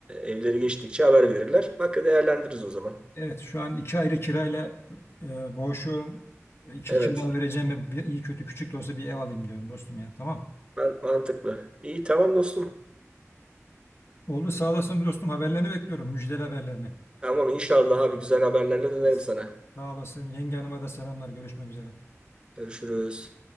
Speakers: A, on the right; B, on the left.
A: evleri geçtikçe haber verirler bak değerlendiririz o zaman
B: Evet şu an iki ayrı kirayla e, boğuşuyorum. E, İki
A: evet
B: kira vereceğim bir iyi kötü küçük de olsa bir ev alayım diyorum dostum ya. Tamam.
A: ben, mantıklı iyi tamam dostum
B: Oldu sağ olasın dostum haberlerini bekliyorum müjdeli haberlerini.
A: tamam inşallah abi güzel haberlerle dönerim
B: Hadi
A: sana
B: Sağ olasın. Yenge hanıma da selamlar. Görüşmek üzere.
A: görüşürüz.